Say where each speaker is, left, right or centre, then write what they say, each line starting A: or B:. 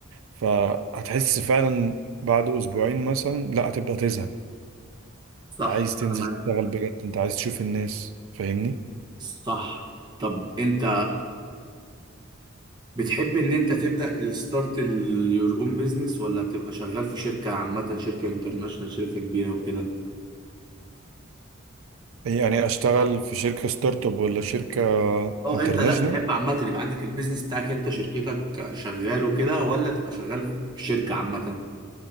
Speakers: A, on the right (about 75°); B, on the right (about 20°).
A: فهتحس فعلا بعد اسبوعين مثلا لا هتبدأ تزهق
B: صح
A: انت عايز تنزل
B: انا معاك
A: تشتغل بجد انت عايز تشوف الناس فاهمني
B: صح طب انت بتحب ان انت تبدأ الستارت يور اون بيزنس ولا تبقى شغال في شركة عامة شركة انترناشونال شركة كبيرة وكده
A: يعني اشتغل في شركة ستارت اب ولا شركة
B: اه
A: انترناشونال
B: انت لا تحب عامة يبقى عندك البيزنس بتاعك انت شركتك شغال وكده ولا تبقى شغال في شركة عامة